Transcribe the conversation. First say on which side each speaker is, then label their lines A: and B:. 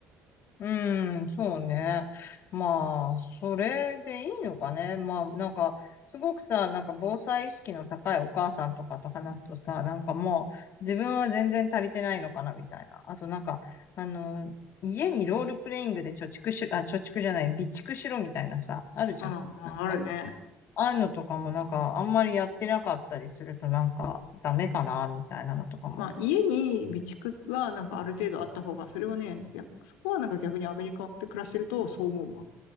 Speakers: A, on the left; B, on the left.
A: うん、そうね。まあ、それでいいのかね。まあ、なんか、すごくさ、なんか防災意識の高いお母さんとかと話すとさ、なんかもう自分は全然足りてないのかなみたいな。あとなんか、あの、家にロールプレイングで貯蓄しろ、あ、貯蓄じゃない、備蓄しろみたいなさ、あるじゃん。
B: うんうん、
A: なんか、
B: あるね。
A: ああいうのとかもなんか、あんまりやってなかったりするとなんか、ダメかなみたいなのとかも。
B: まあ、家に備蓄はなんかある程度あった方が、それはね、逆そこはなんか逆にアメリカで暮らしてるとそう思うわ。